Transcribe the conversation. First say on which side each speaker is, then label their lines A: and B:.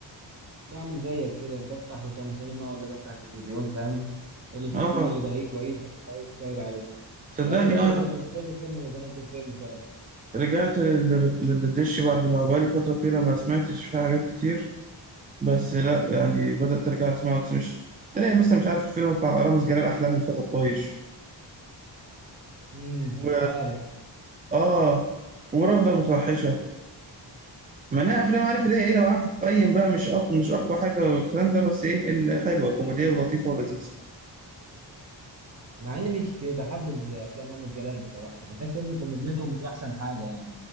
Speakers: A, on the right (about 35°); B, on the right (about 20°).
A: بعمل زيك كده بفتح روتانا سينما ولا بفتح التلفزيون فاهم الفيلم
B: اه
A: اللي بلاقيه كويس بقعد اتفرج عليه
B: صدقني
A: بقالي فتره
B: اه
A: برضو فين وفين لما بنزل فيلم فعلا
B: رجعت لل- للدش بعد ما بقالي فترة طويلة ما سمعتش فيها حاجات كتير بس لا يعني بدأت أرجع أسمعه بس مش تلاقي مثلا مش عارف الفيلم بتاع رامز جلال أحلام الفتى الطايش
A: امم
B: و...
A: عارف
B: آه ورغدة المتوحشة ما أنا أفلام عارف اللي هي إيه لو قعدت تقيم بقى مش أقوى مش أقوى حاجة والكلام ده بس إيه الحلوة كوميدية ولطيفة ولذيذة
A: مع اني مش بحب افلام رامز جلال بصراحه بحس ان كوميديته مش احسن حاجه